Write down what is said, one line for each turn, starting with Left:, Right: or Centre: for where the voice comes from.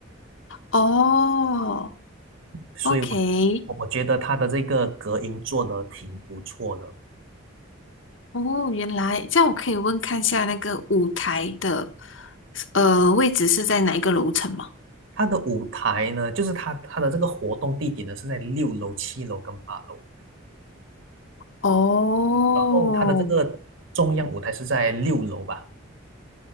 Left: 哦，
Right: 所以我我我觉得它的这个隔音做得挺不错的。
Left: OK，哦，原来这样，我可以问看下那个舞台的呃位置是在哪一个楼层吗？
Right: 它的舞台呢，就是它它的这个活动地点呢是在六楼、七楼跟八楼，
Left: 哦，
Right: 然后它的这个中央舞台是在六楼吧。